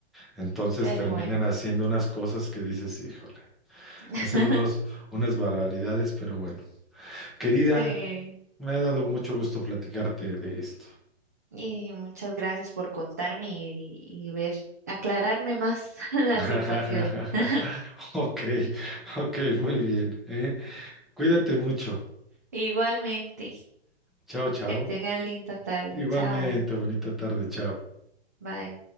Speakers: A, in the centre; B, on the right.
A: entonces
B: Pero
A: terminan
B: bueno,
A: haciendo unas cosas que dices, híjole.
B: <laughs>
A: Hacen unos, unas barbaridades, pero bueno. Querida,
B: sí.
A: me ha dado mucho gusto platicarte de esto.
B: Y muchas gracias por contarme y, y ver, aclararme más <laughs> la
A: <laughs>
B: situación. <laughs>
A: Ok, ok, muy bien, ¿eh? Cuídate mucho.
B: Igualmente.
A: Chao, chao.
B: Que tengan linda tarde.
A: Igualmente,
B: Chao.
A: bonita tarde, chao.
B: Bye.